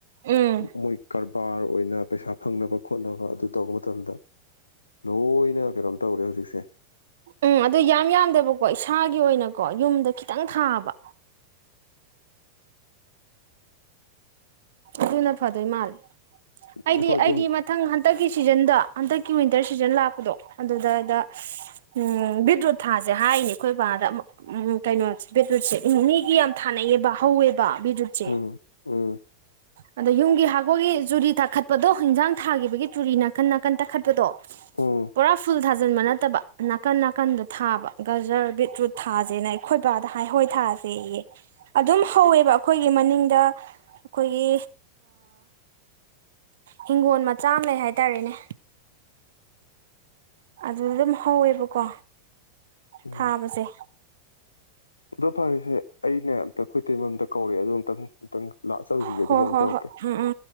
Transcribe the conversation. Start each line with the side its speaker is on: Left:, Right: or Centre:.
Right: ꯎꯝ
Left: ꯃꯣꯏꯀꯔ ꯄꯥꯔ ꯑꯣꯏꯅ ꯄꯩꯁꯥ ꯐꯪꯅꯕ ꯈꯣꯠꯅꯕ ꯑꯗꯨ ꯇꯧꯕ ꯃꯇꯝꯗ ꯂꯣꯏꯅ ꯀꯩꯅꯣꯝ ꯇꯧꯔꯦ ꯍꯧꯖꯤꯛꯁꯦ
Right: ꯎꯝ ꯑꯗꯨ ꯌꯥꯝ ꯌꯥꯝꯗꯕꯀꯣ ꯏꯁꯥꯒꯤ ꯑꯣꯏꯅꯀꯣ ꯌꯨꯝꯗ ꯈꯤꯇꯥꯡ ꯊꯥꯕ ꯑꯗꯨꯅ ꯐꯗꯣꯏ ꯃꯥꯜꯂꯦ ꯑꯩꯗꯤ
Left: ꯑꯩꯈꯣꯏ
Right: ꯑꯩꯗꯤ
Left: ꯑꯗꯨꯝ
Right: ꯃꯊꯪ ꯍꯟꯇꯛꯀꯤ ꯁꯤꯖꯟꯗꯣ ꯍꯟꯗꯛꯀꯤ ꯋꯤꯟꯇꯔ ꯁꯤꯖꯟ ꯂꯥꯛꯄꯗꯣ ꯑꯗꯨꯗꯗ ꯎꯝ ꯕꯤꯠꯔꯨꯠ ꯊꯥꯁꯦ ꯍꯥꯏꯔꯤꯅꯦ ꯑꯩꯈꯣꯏ ꯕꯥꯗ ꯎ ꯀꯩꯅꯣ ꯕꯤꯠꯔꯨꯠꯁꯦ ꯎ ꯃꯤꯒꯤ ꯌꯥꯝ ꯊꯥꯅꯩꯌꯦꯕ ꯍꯧꯋꯦꯕ ꯕꯤꯗꯔꯨꯠꯁꯦ
Left: ꯎꯝ ꯎꯝ
Right: ꯑꯗꯣ ꯌꯨꯝꯒꯤ ꯍꯀꯣꯏꯒꯤ ꯆꯨꯔꯤ ꯇꯛꯈꯠꯄꯗꯣ ꯌꯦꯟꯖꯥꯡ ꯊꯥꯈꯤꯕꯒꯤ ꯆꯨꯔꯤ ꯅꯥꯀꯟ ꯅꯥꯀꯟ ꯇꯛꯈꯠꯄꯗꯣ
Left: ꯎꯝ
Right: ꯄꯨꯔꯥ ꯐꯜ ꯊꯥ ꯊꯥꯖꯤꯟꯕ ꯅꯠꯇꯕ ꯅꯥꯀꯟ ꯅꯥꯀꯟꯗꯣ ꯊꯥꯕ ꯒꯖꯔ ꯕꯤꯠꯔꯨꯠ ꯊꯥꯁꯦꯅ ꯑꯩꯈꯣꯏ ꯕꯥꯗ ꯍꯥꯏꯍꯣꯏ ꯊꯥꯁꯦꯌꯦ ꯑꯗꯨꯝ ꯍꯧꯋꯦꯕ ꯑꯩꯈꯣꯏꯒꯤ ꯃꯅꯤꯡꯗ ꯑꯩꯈꯣꯏꯒꯤ ꯍꯤꯡꯒꯣꯜ ꯃꯆꯥ ꯑꯃ ꯂꯩ ꯍꯥꯏꯇꯥꯔꯦꯅꯦ ꯑꯗꯨꯗ ꯑꯗꯨꯝ ꯍꯧꯋꯦꯕꯀꯣ
Left: ꯎꯝ
Right: ꯊꯥꯕꯁꯦ
Left: ꯑꯗꯣ ꯐꯔꯁꯦ ꯑꯩꯅ ꯑꯝꯇ ꯑꯩꯈꯣꯏ ꯇꯩꯃꯝꯇ ꯀꯧꯔꯑꯦ ꯑꯗꯣ ꯑꯨꯛꯇꯪ ꯑꯨꯇꯪ ꯂꯥꯛꯑ ꯆꯠꯂꯨꯈꯤꯒꯦ
Right: ꯍꯣ
Left: ꯑꯗꯨꯒ ꯑꯃꯨꯛ
Right: ꯍꯣ
Left: ꯇꯧꯔꯛꯀꯦ
Right: ꯍꯣꯏ ꯎꯝ ꯎꯝ